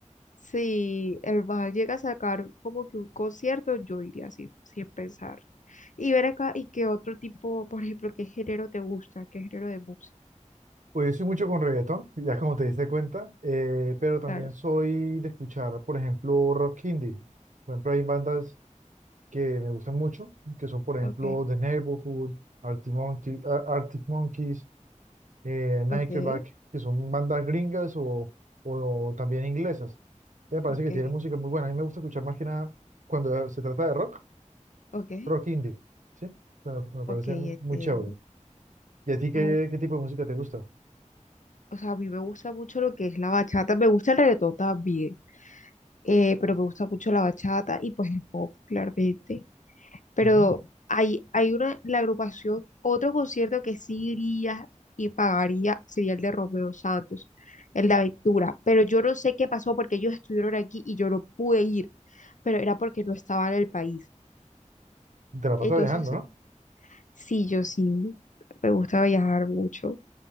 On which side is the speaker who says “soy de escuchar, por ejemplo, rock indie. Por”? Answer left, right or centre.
Right